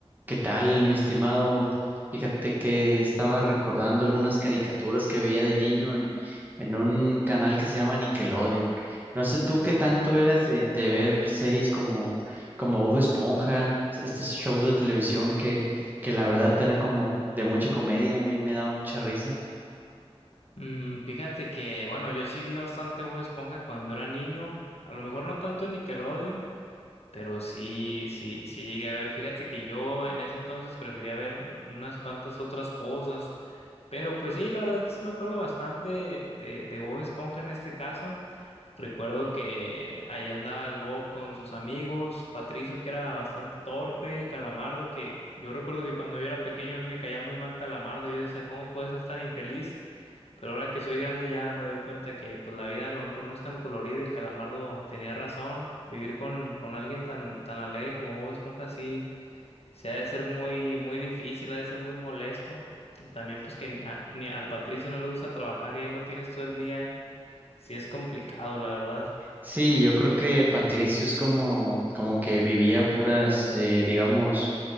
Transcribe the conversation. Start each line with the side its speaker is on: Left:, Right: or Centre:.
Right: ¿Qué tal, mi estimado? Fíjate que estaba recordando algunas caricaturas que veía de niño en, en un canal que se llama Nickelodeon. No sé tú qué tanto eras de, de ver series como, como Bob Esponja, estos shows de televisión que, que la verdad eran como de mucha comedia, a mí me daban mucha risa.
Left: Mm, fíjate que, bueno, yo sí vi bastante Bob Esponja cuando era niño, a lo mejor no tanto en Nickelodeon, pero sí, sí, sí llegué a ver. Fíjate que yo en ese entonces prefería ver unas cuantas otras cosas, pero pues sí, la verdad es que sí me acuerdo bastante de, de Bob Esponja en este caso. Recuerdo que ahí andaba el Bob con sus amigos, Patricio que era bastante torpe, Calamardo que yo recuerdo que cuando yo era pequeño a mí me caía muy mal Calamardo, yo decía, ¿cómo puede ser tan infeliz? Pero ahora que soy grande ya me doy cuenta que pues la vida a lo mejor no es tan colorida y Calamardo tenía razón, vivir con, con alguien tan, tan alegre como Bob Esponja sí, se ha de ser muy, muy difícil, ha de ser muy molesto. Y también pues que ni a- ni al Patricio no le gusta trabajar y ahí lo tienes todo el día, sí es complicado, la verdad.
Right: Sí, yo creo que Patricio es como, como que vivía puras, eh, digamos,